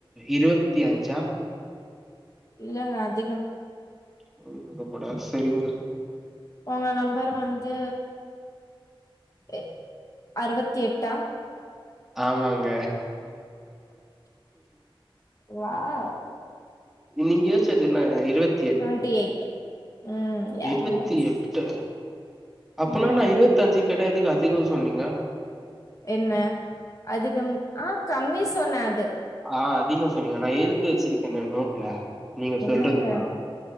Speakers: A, in the centre; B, on the left (about 40°).
A: இருவத்தி அஞ்சா
B: இல்லங்க அதிகம்
A: <unintelligible> கூட சேரிங்க
B: உங்க நம்பர் வந்து எ அறுவத்தி எட்டா
A: ஆமாங்க
B: வாவ்
A: நீங்கயோச்சது என்னங்க இருவத்
B: டுவென்டி எயிட் ம்
A: இருவத்தி
B: எஸ்
A: எட்டா அப்பனா
B: ம்
A: நா இருவத்தஞ்சு கெடயாதுக்கு அதிகோ சொன்னீங்க
B: என்ன அதிகம் ஆ கம்மி சொன்னே அது
A: ஆ அதிகோ சொன்னீங்க நா எழுதி வச்சிருக்கேனே நோட்ல நீங்க சொல்றதுல்லா
B: இல்லங்க